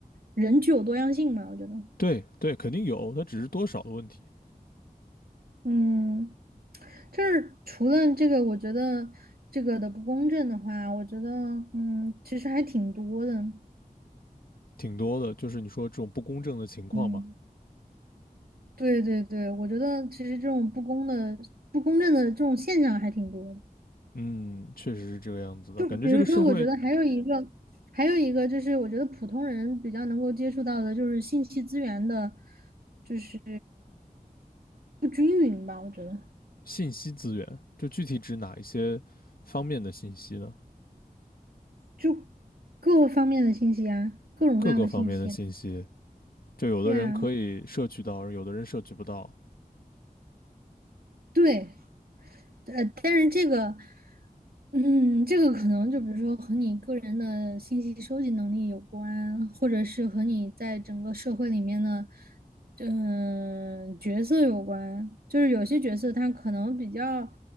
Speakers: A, on the right (about 80°); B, on the left (about 75°).
A: 人具有多样性嘛，我觉得。
B: 对对，肯定有，他只是多少的问题，
A: 嗯，就是除了这个，我觉得这个的不公正的话，我觉得嗯，其实还挺多的。
B: 挺多的。就是你说这种不公正的情况嘛，
A: 嗯，对对对，我觉得其实这种不公的、不公正的这种现象还挺多的。
B: 嗯，确实是这个样子的。
A: 就比如说，
B: 感觉这个社会
A: 我觉得还有一个，还有一个就是，我觉得普通人比较能够接触到的，就是信息资源的，就是不均匀吧。我觉得，
B: 信息资源，就具体指哪一些方面的信息呢？
A: 就各方面的信息啊，各种各样的信息啊
B: 各个方面的信息。就有的人可以摄取到，
A: 对呀，
B: 有的人摄取不到。
A: 对。呃，但是这个，嗯，这个可能就比如说和你个人的信息收集能力有关，或者是和你在整个社会里面的，嗯、角色有关。就是有些角色他可能比较，